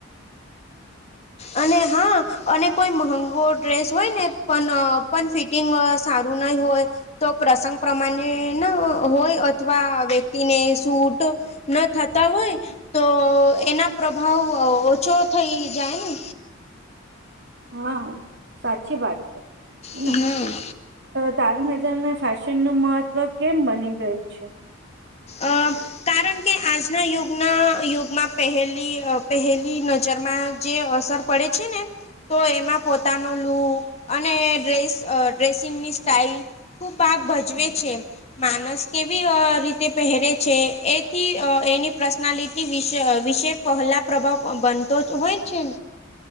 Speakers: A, on the left; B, on the right.
A: અને હા અને કોઈ મહંગો ડ્રેસ હોય ને પણ પણ ફિટ સારું નહી હોય તો પ્રસંગ પ્રમાણે હોય અથવા વ્યક્તિને સૂટ ન થતા હોય તો એના પ્રભાવ ઓછો થઈ જાય ને
B: હા સાચી વાત છે. હેના
A: હમ
B: તારી નજરને ફેશન નું મહત્વ કેમ બની ગયું છે?
A: અ કારણ કે આજના યુગના યુગમાં પહેલી પહેલી ન જરમાં જે અસર પડે છે ને તો એમાં પોતાનો લુક અને ડ્રેસ ડ્રેસિંગની સ્ટાાઈલ ખૂબ ભાગ ભજવે
B: હમ
A: છે માણસ કેવી રીતે પહેરે છે એથી એની પર્સનાલિટી વિશે વિશે પહેલા પ્રભાવ બનતો હોય છે